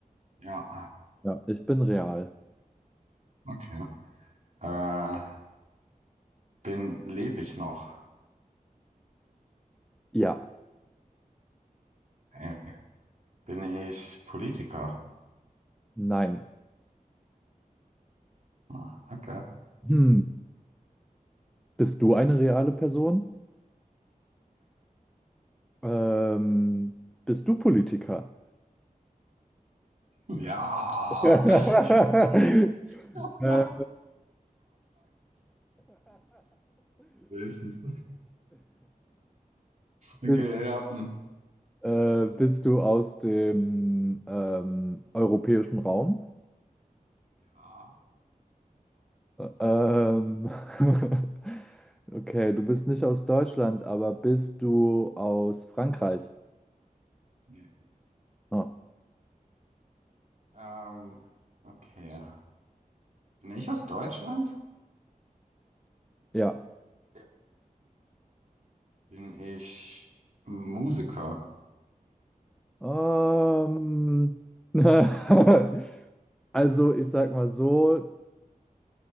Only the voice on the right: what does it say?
Ja,
okay. Äh, bin, lebe ich noch?
Äh, bin ich Politiker?
Ah, Okay.
Ja.
<laughs> Fuck.
Höchstens. Okay,
ja. hm.
Ja.
Nee.
Ähm, okay. Bin ich aus Deutschland?
Ja. Bin ich Musiker?